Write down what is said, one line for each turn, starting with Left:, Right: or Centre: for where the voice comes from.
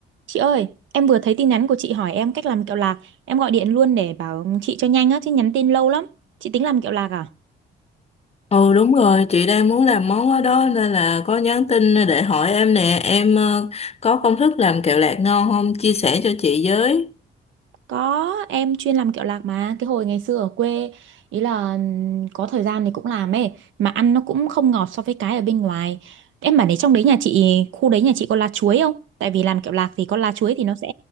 Right: Chị ơi, em vừa thấy tin nhắn của chị hỏi em cách làm kẹo lạc. Em gọi điện luôn để bảo chị cho nhanh á, chứ nhắn tin lâu lắm. Chị tính làm kẹo lạc à?
Left: Ừ đúng rồi, chị đang muốn làm món đó, đó nên là có nhắn tin để hỏi em nè, em ờ, có công thức làm kẹo lạc ngon không? Chia sẻ cho chị với.
Right: Có, em chuyên làm kẹo lạc mà. Cái hồi ngày xưa ở quê, ý là ừm, có thời gian thì cũng làm ấy. Mà ăn nó cũng không ngọt so với cái ở bên ngoài. Em bảo đấy trong đấy nhà chị, khu đấy nhà chị có lá chuối không? Tại vì làm kẹo lạc thì có lá chuối thì nó sẽ